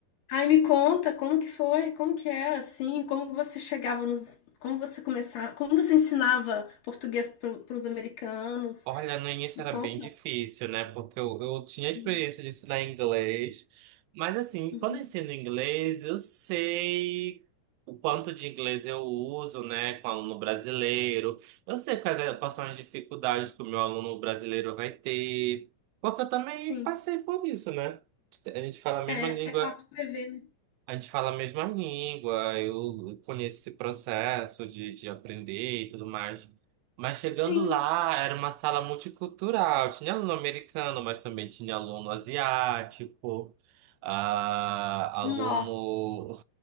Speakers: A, on the left; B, on the right.
A: Aí me conta como que foi, como que era, assim, como você chegava nos... Como você começava... Como você ensinava português para os americanos.
B: Olha, no início
A: Me
B: era
A: conta.
B: bem difícil, né? Porque eu, eu tinha experiência
A: Uhum.
B: de ensinar inglês. Mas, assim,
A: Uhum.
B: quando eu ensino inglês, eu sei o quanto de inglês eu uso, né, com aluno brasileiro. Eu sei quais, é- quais são as dificuldades que o meu aluno brasileiro vai ter. Porque eu também
A: Sim.
B: passei por isso, né? A gente fala a mesma
A: É,
B: língua.
A: é fácil prever, né?
B: A gente fala a mesma língua, eu conheço esse processo de, de aprender e tudo mais. Mas chegando
A: Sim.
B: lá, era uma sala multicultural. Tinha aluno americano, mas também tinha aluno asiático, ah, aluno,
A: Nossa.